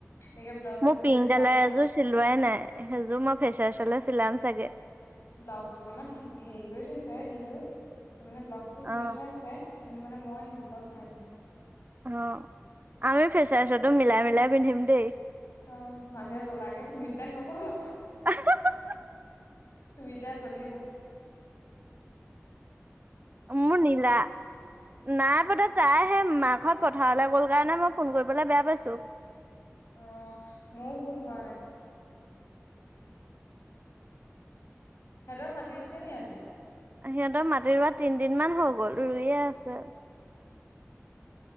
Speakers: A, on the left (about 65°); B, on the right (about 35°).
A: একে ব্লাউজটো
B: মোৰ পিংক
A: যেনে ব্লাউজ
B: কালাৰ এযোৰ চিলোৱাই নাই সেইযোৰ মই ফেচাৰচলে চিলাম চাগে।
A: ব্লাউজটো তমান ঠিক হেৰি কৰি থৈছে কিন্তু মানে ব্লাউজ টো চিলাই
B: অ
A: থোৱা আছে কিন্তু মানে মই সেইটো বলাউজাই নাই পিন্ধা।
B: অ' আমি ফেচাৰচটো মিলাই মিলাই পিন্ধিম দেই।
A: অ' মানুহে জ্বলাগে চুমিত দাক নকবা।
B: <unintelligible>
A: সুমিতা জ্বলিও।
B: মোৰ নীলা নাই পদাত তাই সেই মাক ঘৰত পথাৰলৈ গ'ল কাৰণে মই ফোন কৰিবলৈ বেয়া পাইছো।
A: অ' ময়ো ফোন কৰা নাই। সিহঁতৰ মাতি ৰুইছে নেকি আজি?
B: সিহঁতৰ মাটি ৰোৱা তিনদিনমানান হৈ গ'ল ৰুইয়ে আছে।